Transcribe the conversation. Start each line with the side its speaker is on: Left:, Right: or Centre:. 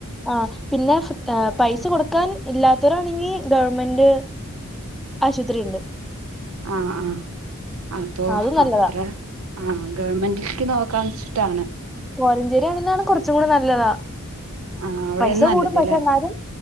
Centre: ആ പിന്നെ ഫ്‌ പൈസ കൊട്ക്കാൻ ഇല്ലാത്തോരാണെങ്കി ഗവൺമെന്റ് ആശുപത്രി ഉണ്ട്
Right: ആ ആ അപ്പോ
Centre: അതും നല്ലതാ
Right: അത്ര ആ ഗവൺമെൻറ്റിൽക്ക് നോക്കാന്ന്ച്ച്ട്ടാണ്
Centre: കോലഞ്ചേരിയാണെന്നാണ് കൊറച്ചും കൂടി നല്ലതാ
Right: ആ അവ്ടെയന്ന്
Centre: പൈസ
Right: ന്നല്ലത്
Centre: കൂടും പക്ഷെ
Right: ലേ
Centre: എന്നാലും